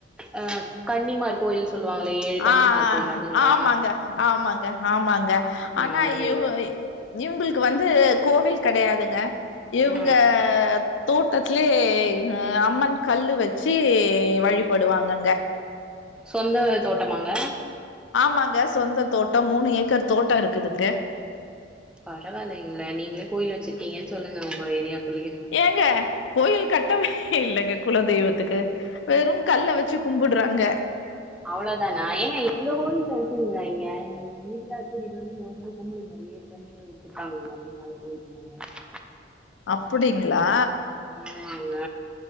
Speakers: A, in the centre; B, on the left (about 80°).
A: அ கன்னிமார் கோயில் சொல்லுவாங்களே ஏழு கன்னிமார்
B: ஆ
A: கோயில் அதுங்களா
B: ஆ ஆமாங்க ஆமாங்க ஆமாங்க ஆனா
A: நல்லதுங்க
B: இவ் இவுங்குளுக்கு வந்து கோவில் கெடையாதுங்க இவுங்க
A: ம்
B: தோட்டத்லே ஆ அம்மன் கல்லு வெச்சி வழிபடுவாங்கங்க
A: சொந்த தோட்டமாங்க
B: ஆமாங்க சொந்த தோட்டோ மூணு ஏக்கர் தோட்டோ இருக்குதுங்க
A: பரவால்லைங்ளே நீங்களே கோயில் வெச்சிர்க்கீங்கன் சொல்லுங்க உங்க ஏரியாக்குள்ளியே
B: ஏங்க கோயில் கட்டவே இல்லங்க குல தெய்வத்துக்கு வெறும் கல்ல வெச்சி கும்புட்றாங்க
A: அவ்ளோதானா ஏங்க எங்க கோயில்ல இருக்குதுங்க இங்க உங்க வீட்டுக்கார கூட்டிட்டு வந்து இங்க ஒர்தடவ கும்புடுங்க ஏழு கண்ணி <unintelligible> வெச்சிப்பாங்கல்ல பின்னால <unintelligible> மேல
B: அப்டிங்ளா
A: ஆமாங்க